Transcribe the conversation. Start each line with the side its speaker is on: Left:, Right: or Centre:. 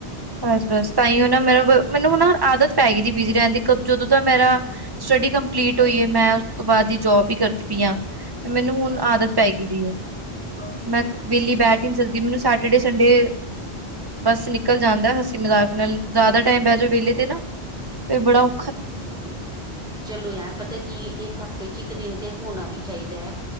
Right: ਬਸ-ਬਸ ਤਾਂ ਈ ਓ ਨਾ ਮੈਨੂੰ-ਮੈਨੂੰ
Centre: ਹੂੰ
Right: ਨਾ ਆਦਤ ਪੈ ਗਈ ਤੀ ਬਿਜ਼ੀ ਰਹਿਨ ਦੀ ਜਦੋਂ ਤਾਂ ਮੇਰਾ ਸਟੱਡੀ ਕੰਪਲੀਟ ਹੋਈ ਏ ਮੈਂ ਉਸ ਤੋਂ ਬਾਦ ਦੀ ਜੋਬ ਈ ਕਰਦੀ ਪਈ ਆ। ਮੈਨੂੰ ਹੁਣ ਆਦਤ ਪੈਗੀ ਦੀ ਐ। ਮੈਂ
Centre: ਅੱਛਾ
Right: ਵੇਲੀ ਬੈਠ ਈ ਨੀ ਸਕਦੀ ਮੈਨੂੰ ਸੈਟਡੇ ਸੰਡੇ ਬੱਸ ਨਿਕਲ ਜਾਂਦਾ ਹਸੀ ਮਜ਼ਾਕ ਨਾਲ ਜ਼ਾਦਾ ਟਾਈਮ ਬੈ ਜੋ ਵੇਲੇ ਤੇ ਨਾ, ਫੇਰ ਬੜਾ ਔ
Centre: ਹੂੰ ਚਲੋ ਯਾਰ ਪਤਾ ਕੀ ਏ ਏਕ ਹਫ਼ਤੇ ਚ ਇੱਕ ਦਿਨ ਤੇ ਹੋਨਾ ਵੀ ਚਾਈਦੈ।